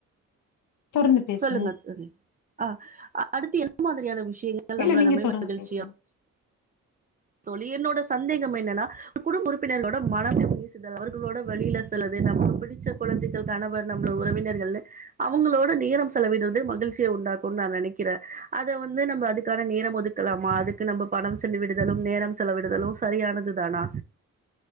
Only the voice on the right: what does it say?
சொல்லுங்க தோழி அ அடுத்து என்ன மாதிரியான விஷயங்கள்
நம்மள
நம
மகிழ்ச்சியா
தோழி என்னோட சந்தேகம் என்னன்னா குடும்ப உறுப்பினர்களோட மனமே பேசுதல் அவர்களோட வழியில செலது நமக்கு பிடிச்ச கொழந்தை காணவர் நம்மள உறவினர்கள் அவங்களோட நேரம் செலவிடுறது மகிழ்ச்சிய உண்டாக்குனு நா நெனைக்கிறே அத வந்து நம்ம அதுக்கான நேரம் ஒதுக் கலாமா அதுக்கு நம்ம பணம் செலவிடுதலும் நேரம் செலவிடுதலும் சரியானது தானா